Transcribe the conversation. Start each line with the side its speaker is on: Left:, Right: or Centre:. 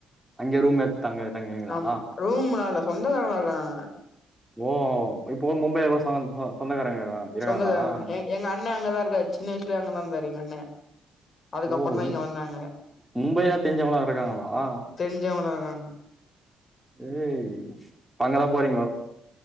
Centre: அங்க ரூம் எடுத்து தங்க தங்குவீங்களா
Left: ஆம்மா ரூம்லால்ல சொந்த கார இருக்காங்க அங்க
Centre: ஓ இப்போ மும்பைய கூட <unintelligible> சொந்தக்காரங்க இருக்காங்களா
Left: சொந்தகார
Centre: அங்க
Left: எங் எங்கண்ண அங்கதா இருக்கா சின்ன வயசுலயே அங்கதா இருந்தாரு எங்கண்ண அதுக்கப்பறந்தா
Centre: ஓ
Left: இங்க வந்தாங்க
Centre: மும்பைல தெரிஞ்சவங்களா இருக்காங்களா
Left: தெரிஞ்சவங்கதா ஆ
Centre: ஏய் இப்ப அங்கதா போறீங்கோ